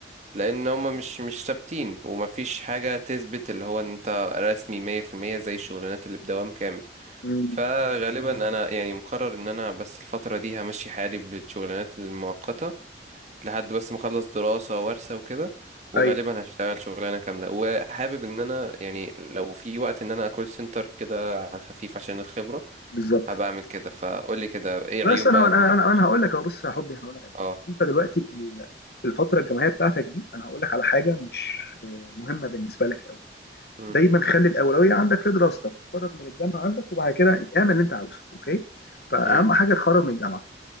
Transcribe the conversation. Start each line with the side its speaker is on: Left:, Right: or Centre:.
Right: لان هما مش مش ثابتين ومفيش حاجة تثبت اللي هو إن انت رسمي مية في المية زي الشغلانات اللي بدوام كامل
Left: أمم.
Right: فغالبا انا يعني مقرر ان انا بس الفترة دي همشي حالي بالشغلانات المؤقتة لحد بس ما اخلص دراسة وورثة وكده وغالبا
Left: اي
Right: هشتغل شغلانة كاملة وحابب ان انا يعني لو في وقت ان انا كول سنتر كده على خفيف عشان الخبرة
Left: بالظبط
Right: هبقى اعمل كده فقولي كده ايه
Left: بس
Right: عيوب
Left: انا
Right: بقى
Left: انا
Right: كول سنتر
Left: انا,
Right: عشان-
Left: أنا هقول لك اهو بص يا حبي انا هقول لك على حاجه
Right: اه
Left: انت دلوقتي ال- في الفتره الجامعيه بتاعتك دي انا هقول لك على حاجه مش آه، مهمه بالنسبه لك قوي
Right: مم.
Left: دايما خلي الاولويه عندك في دراستك اتخرج من الجامعه عندك وبعد كده اعمل اللي انت عاوزه اوكي فاهم
Right: مم.
Left: حاجه تخرج من الجامعه